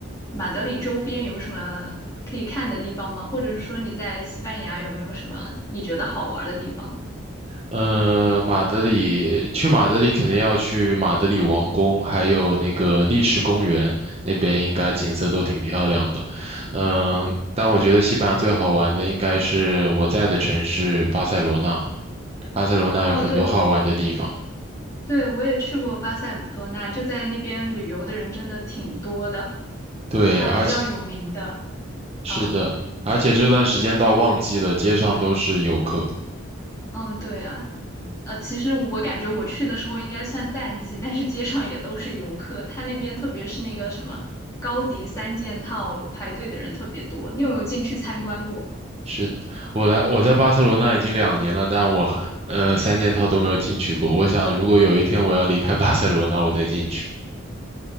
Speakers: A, on the left; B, on the right.
A: 马德里周边有什么可以看的地方吗？或者是说你在西班牙有没有什么你觉得好玩儿的地方？
B: 呃，马德里，去马德里肯定要去马德里王宫，还有那个丽池公园，那边应该景色都挺漂亮的。嗯、
A: 哦
B: 但我觉得西班牙最好玩的应该是我在的城市巴塞罗那，巴塞罗那有很多好玩的地方。
A: 哦，对，我对，我也去过巴塞罗那，就在那边旅游的人真的挺多的。
B: 对，
A: 它比较有名的，
B: 而且是的，
A: 嗯
B: 而且这段时间到旺季了，街上都是游客。
A: 嗯，对啊，呃，其实我感觉我去的时候应该算淡季，但是街上也都是游客。它那边特别是那个什么高迪三件套排队的人特别多，你有没有进去参观过？
B: 是的，我来我在巴塞罗那已经两年了，但我还呃三件套都没有进去过。我想，如果有一天我要离开巴塞罗那，我再进去。